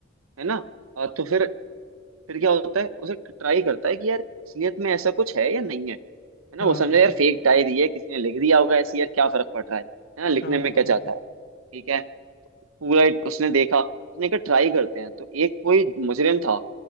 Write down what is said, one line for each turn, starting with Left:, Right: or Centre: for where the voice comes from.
Right: है ना अ, तो फिर फिर क्या होता है उसे ट्राई करता है कि यार असलियत में ऐसा कुछ है या नहीं है है ना
Left: हाँ
Right: वो समझे यार फेक डायरी है किसी ने लिख दिया होगा ऐसी यार क्या फर्क पड़ रहा है है ना लिखने
Left: हाँ
Right: में क्या
Left: हाँ
Right: जाता है ठीक है पूरा एक उसने देखा उसने कहा ट्राई करते हैं तो एक कोई मुजरिम था